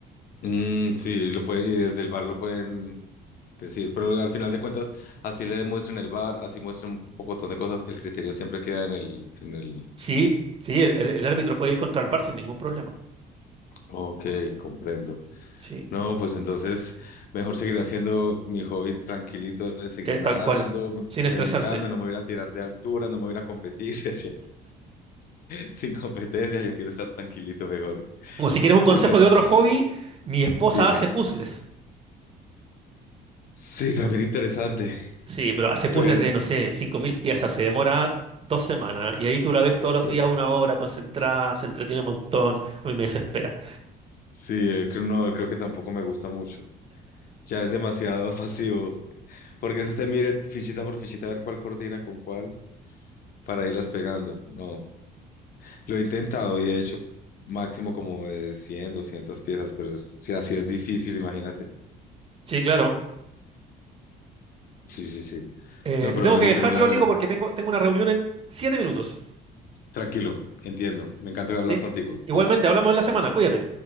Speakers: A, on the left; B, on the right.
A: Mm, sí, lo puede, y desde el bar lo pueden decir, pero al final de cuentas, así le demuestren el bar, así muestran un pocotón de cosas, el criterio siempre queda en el, en el,
B: Sí, sí, el, el- el árbitro puede ir contra el VAR sin ningún problema.
A: ok, comprendo.
B: Sí,
A: No, pues entonces mejor seguir haciendo mi hobby tranquilito de seguir
B: eh, tal
A: nadando,
B: cual, sin estresarse.
A: meditando, no me voy a ir a tirar de altura, no me voy a ir a competir, <laughs> decía, sin competencia, yo quiero estar tranquilito mejor.
B: Como si quieres un consejo
A: Y ustedes,
B: de otro hobby, mi esposa
A: dime,
B: hace puzzles.
A: sí, también interesante,
B: Sí, pero hace puzzles
A: pero
B: de, no sé, 5.000 piezas, se demora dos semanas y ahí tú la ves todos los
A: yo
B: días una hora, concentrada, se entretiene un montón, a mí me desespera.
A: sí, eh, creo- no, creo que tampoco me gusta mucho. Ya es demasiado <laughs> pasivo, porque eso usted mire fichita por fichita a ver cuál coordina con cuál para irlas pegando. No. Lo he intentado y he hecho máximo como de 100, 200 piezas, pero es- si así es difícil, imagínate.
B: Sí, claro.
A: Sí, sí, sí.
B: Eh,
A: No,
B: te
A: pero
B: tengo
A: buenísimo,
B: que dejar
A: la
B: yo,
A: verdad,
B: amigo, porque tengo, tengo una reunión en siete minutos.
A: tranquilo, entiendo. Me encanta hablar
B: ¿sí?
A: contigo.
B: Igualmente,
A: Cuídate.
B: hablamos en la semana. Cuídate.